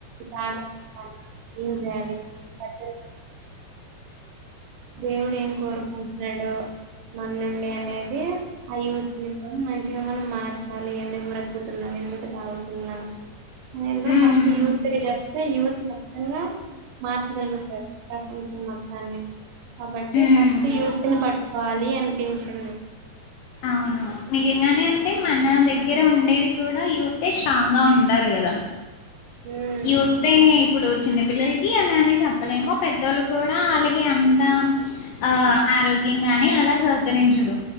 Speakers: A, on the right; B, on the left.
A: తాగలే పైగా ఏం చేయాలి బట్టలు మ దేవుడు ఏం కోరుకుంటున్నాడు. మన నుండి అనేది ఆ యూత్ ని కూడ మంచిగా మనం మార్చాలి. ఎందుకు బ్రతుకుతున్నాం, ఎందుకు తాగుతున్నాం, అనేది కూడా
B: మ్మ్
A: ఫస్ట్ యూత్ ని చెప్తే యూత్ ఖచ్చితంగా మార్చగలుగుతారు ప్రపంచం మొత్తాన్ని కాబట్టి
B: మ్మ్
A: ఫస్ట్ యూత్ ని బట్టి కావాలి అనిపించింది
B: అవును నిజంగానే అంటే మన దగ్గర ఉండేది కూడ యూతే స్ట్రాంగ్ గా ఉంటారు కదా
A: ఉమ్
B: యూతే ఇప్పుడు చిన్న పిల్లలకి అలానే చెప్పలేము పెద్దోళ్ళు కూడా వాళ్ళకి అంత ఆ ఆరోగ్యం గాని అలా సహకరించదు